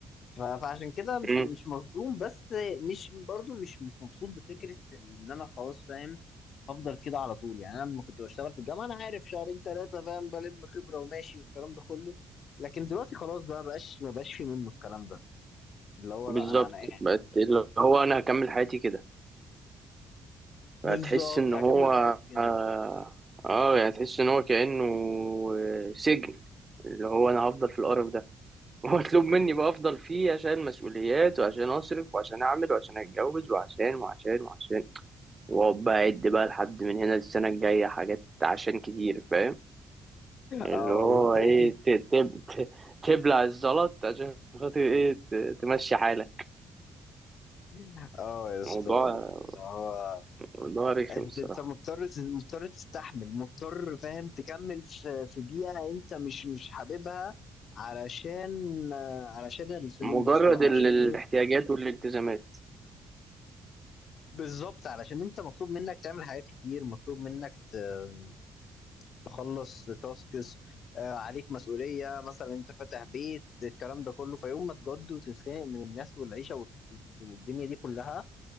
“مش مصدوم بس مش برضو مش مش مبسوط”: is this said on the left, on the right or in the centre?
Left